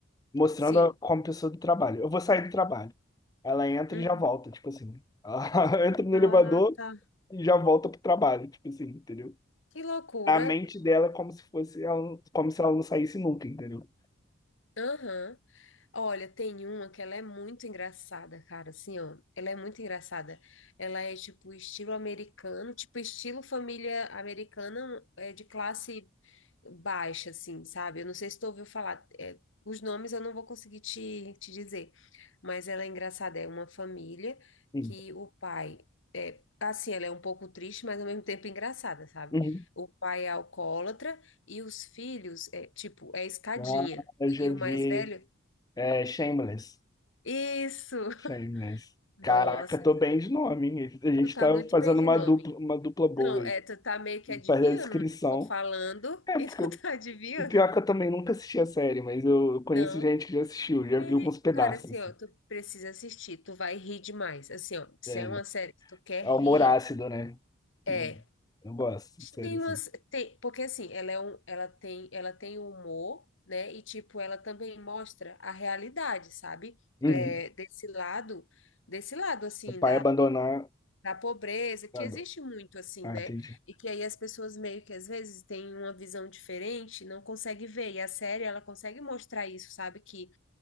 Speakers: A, on the left; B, on the left.
A: mostrando
B: sim.
A: a, como pessoa do trabalho. Eu vou sair do trabalho. Ela entra
B: Uhum.
A: e já volta, tipo assim. Ela <laughs> entra no
B: Ah,
A: elevador
B: tá.
A: e já volta pro trabalho, tipo assim, entendeu?
B: Que loucura.
A: A mente dela é como se fosse ela, como se ela não saísse nunca, entendeu?
B: Aham. Olha, tem uma que ela é muito engraçada, cara, assim, ó, ela é muito engraçada, ela é tipo estilo americano, tipo estilo família americana é, de classe baixa, assim, sabe? Eu não sei se tu ouviu falar, é, os nomes eu não vou conseguir te, te dizer, mas ela é engraçada, é uma família
A: Sim.
B: que o pai, é, assim, ela é um pouco triste, mas ao mesmo tempo engraçada, sabe?
A: Uhum.
B: O pai é alcoólatra e os filhos, é, tipo, é escadinha,
A: Ah, eu já
B: e
A: vi
B: o mais velho
A: é, Shameless.
B: isso!
A: Shameless.
B: Nossa,
A: Caraca, tô bem de nome, hein? A gente
B: tu tá
A: tá
B: muito
A: fazendo
B: bem de
A: uma
B: nome.
A: dupla, uma dupla boa
B: Não,
A: aí.
B: é, tu tá meio que adivinhando,
A: Fazer a descrição.
B: né? Tô falando
A: É,
B: <laughs> e
A: porque
B: tu
A: eu,
B: tá adivinhando.
A: e pior que eu também nunca assisti a série, mas eu, eu conheço
B: Não.
A: gente que já assistiu,
B: Me...
A: já viu alguns pedaços,
B: Cara, assim,
A: assim.
B: ó, tu precisa assistir, tu vai rir demais. Assim, ó, se
A: É,
B: é uma série que tu quer
A: É
B: rir,
A: o humor ácido, né? Eu,
B: é.
A: eu gosto, sério,
B: Tem
A: assim.
B: umas, tem, porque assim, ela é um, ela tem, ela tem humor, né? E tipo, ela também mostra a realidade, sabe?
A: Uhum.
B: É, desse lado, desse lado assim
A: O pai abandonar.
B: da pobreza, que
A: Ah,
B: existe
A: do-
B: muito assim,
A: ah,
B: né?
A: entendi.
B: E que aí as pessoas meio que às vezes têm uma visão diferente, não consegue ver. E a série, ela consegue mostrar isso, sabe? Que